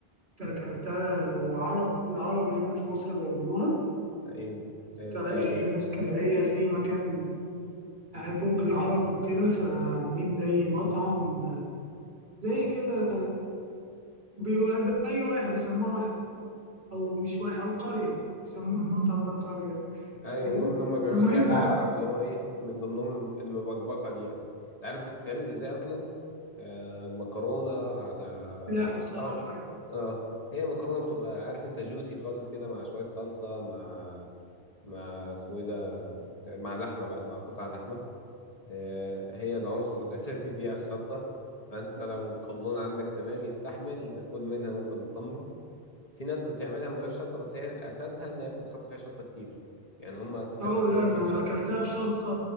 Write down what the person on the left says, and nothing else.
أيوه أيوه
ده حقيقي
أيوه
المهم إن هم بيعملوا
فيه أكل عرب اللي هو إيه من ضمنهم المبكبكة دي يعني أنت عارف بتتعمل إزاي أصلا آه، مكرونة على
طبعا
آه هي مكرونة بتبقى عارف أنت جوسي خالص كده مع شوية صلصة مع مع اسمه إيه ده مع لحمة بقى مع قطع لحمة آه، هي العنصر الأساسي فيها الشطة فأنت لو القولون عندك تمام يستحمل كل منها وأنت مطمن في ناس بتعملها من غير شطة بس هي أساسها إن هي بتتحط فيها شطة كتير يعني هم أساسها
بياكلوها
مشطشطة